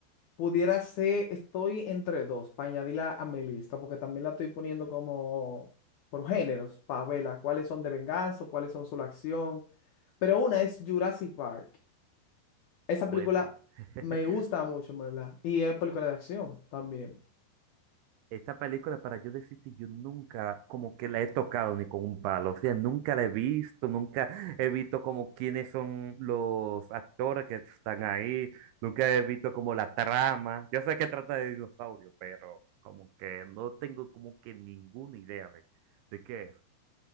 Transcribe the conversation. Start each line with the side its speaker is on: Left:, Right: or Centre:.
Left: Pudiera ser, estoy entre dos, para añadirla a mi lista, porque también la estoy poniendo como por géneros, para verla, cuáles son de venganza, cuáles son su acción. Pero una es Jurassic Park. Esa
Right: Bueno.
Left: película
Right: <laughs>
Left: me gusta mucho, en ¿verdad? Y es película de acción también.
Right: Esta película, para yo decirte, yo nunca como que la he tocado ni con un palo, o sea, nunca la he visto, nunca he visto como quiénes son los actores que están ahí, nunca he visto como la trama. Yo sé que trata de dinosaurios, pero como que no tengo como que ninguna idea de, de qué es.